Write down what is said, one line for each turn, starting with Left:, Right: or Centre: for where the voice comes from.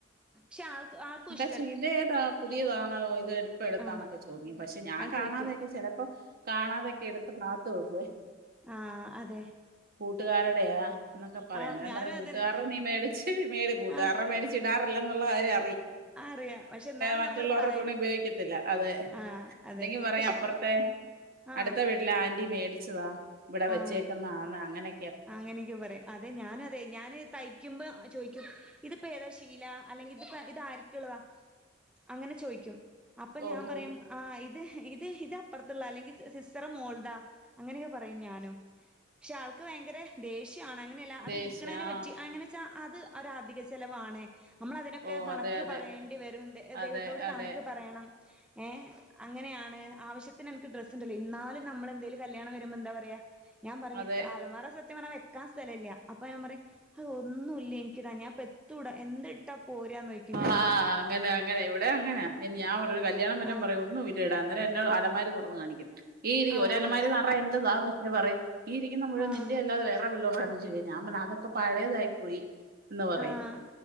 Centre: ശ്ശെ ആൾക്ക് ആൾകുഷ
Right: പക്ഷെ ഇതേതാ പുതിയതാണോ ഇത് എപ്പ എടുത്താ
Centre: ആ
Right: എന്നൊക്കെ ചോദിക്കം ഞാൻ
Centre: അത്
Right: കാണാതെയൊക്കെ
Centre: ചോദിക്കും
Right: ചിലപ്പോ കാണാതെൊക്കെ എടുത്ത പ്ര ത്ത് വെക്കവേ
Centre: ആഹ അതെ
Right: കൂട്ടുകാരുടെയാ എന്നൊക്കെ പറയാം
Centre: ആ
Right: അന്നേരം
Centre: ഞാനും
Right: പറയുംകൂട്ടുകാരടെ
Centre: അതന്നെ
Right: നീ മേടിച്ച് മേടി കൂട്ടുകാരടെ
Centre: ആ
Right: മേടിച്ച് ഇടാറ ല്ല ന്നുള്ള കാര്യം
Centre: ആഹ് അറിയാം പക്ഷെ എന്നാലും
Right: മറ്റുള്ളവരുടെ
Centre: നമ്മള് പറയും
Right: തുണി ഉപയോഗിക്കത്തില്ല അതെ
Centre: ആഹ് അതെ
Right: അല്ലെങ്കിൽ പറയാ
Centre: പക്ഷെ
Right: അപ്പർത്തെ
Centre: ആഹ്
Right: അടുത്ത വീട്ടിലാന്റി മേ ച്ചതാ ഇവിടെ വെച്ചേക്കുന്ന
Centre: ആഹ്
Right: ആണ് അങ്ങനെ
Centre: അങ്ങനെയൊക്കെ പറയും അതെ ഞാനു അതെ ഞാന് തയ്ക്കുമ്പോ ചോയ്ക്കും ഇതിപ്പോ ഏതാ ശീല അല്ലെങ്കില് ഇതാരിക്ക്‌ള്ളതാ അങ്ങനെ ചോയ്ക്കും അപ്പൊ
Right: ഓഹോ
Centre: ഞാൻ പറയും ആ ഇത് ത് ഇതപ്പർത്തുള്ള അല്ലെങ്കിൽ സിസ്റ്ററെ മോൾതാ അങ്ങനെയൊക്കെ പറയും ഞാനും പക്ഷെ ആൾ ക്ക്‌ ഭയങ്കര ദേഷ്യ യാണ് അങ്ങനെയല്ല അത്
Right: ദേഷ്യം
Centre: എടുക്കണേെനെ
Right: ആ
Centre: പറ്റി ങ്ങനെച്ചാ അത് ഒരധിക ചെലവാണ് നമ്മളതിനൊക്കെ
Right: ഓ
Centre: കണക്ക്
Right: അതെ അതെ
Centre: പറയേണ്ടി വരും ദൈവത്തോട്
Right: അതെ അതെ
Centre: കണക്ക് പറയണം ഏഹ് അങ്ങനെയാണ് ആവശ്യത്തിന് എനിക്ക് ഡ്രസ് ഇന്നാലും നമ്മളെന്തേലും കല്യാണം മ്പൊ ന്താ പറയാ ഞാൻ പറഞ്ഞ
Right: അതെ
Centre: അലമാറ സത്യം പർഞ്ഞാ ക്കാൻ സ്ഥലല്ല അപ്പൊ ഞാൻ പറയും ഹൗ ഒന്നുല്ല ൻ ക്കിടാന് ഞാൻപ്പത്തൂടാ എന്തിട്ടാ പോരാന്നോയിക്കും ഞാന്
Right: ആഹ് അങ്ങനെ അങ്ങനെ ഇവിടെ അങ്ങനാ ഞാൻ ഒരു കല്യാണം വല്ലോം
Centre: ആഹ്
Right: പറയോ ഒന്നും ഇല്ല അന്നേരം എന്നെ അലമാരി തുറന്നു കാണിക്കും ഈ ഇരി
Centre: ആഹ്
Right: ഒരലമാരേ നറേ എന്റെ സാധനാ പറയും ഈ ഇരിക്കുന്ന മുഴുവൻ
Centre: ആഹ്
Right: നിന്റെ അല്ലാതെ വേറെ വല്ലൊരുടേം <unintelligible> ഞാൻ പറഞ്ഞ് അതൊക്കെ പഴയതായി പോയി പറയും
Centre: ആഹ്